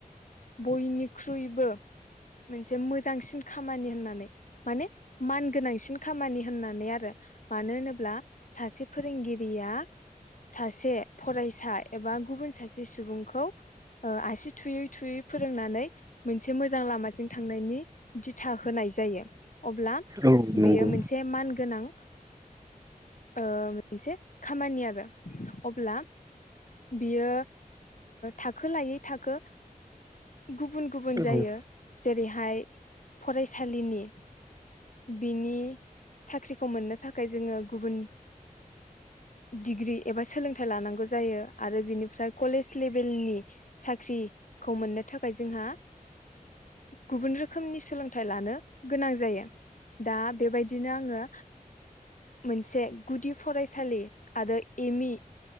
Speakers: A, on the left (about 60°); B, on the right (about 25°).
A: बयनिख्रुइबो। मोनसे मोजांसिन खामानि होननानै माने मान गोनांसिन खामानि होननानै आरो मानो होनोब्ला सासे फोरोंगिरिया सासे फरायसा एबा गुबुन सासे सुबुंखौ आसि थुयै थुयै। फोरोंनानै मोनसे मोजां लामथिं थांनायनि दिथा होनाय जायो। अब्ला
B: औ नंगौ
A: बेयो मोनसे मान गोनां। ओं। मोनसे खामानि आरो अब्ला बियो थाखो लायै थाखो। गुबुन गुबुन जायो।
B: औ
A: जेरैहाय फरायसालिनि बिनि साख्रिखौ मोननो थाखाय जोङो गुबुन डिग्रि एबा सोलोंथाइ लानांगौ जायो आरो बिनिफ्राय कलेज लेभेलनि साख्रिखौ मोननो। थाखाय जोंहा गुबुन रोखोमनि सोलोंथाइ लानो गोनां जायो दा बेबायदिनो आङो मोनसे गुदि फरायसालि आरो एम मि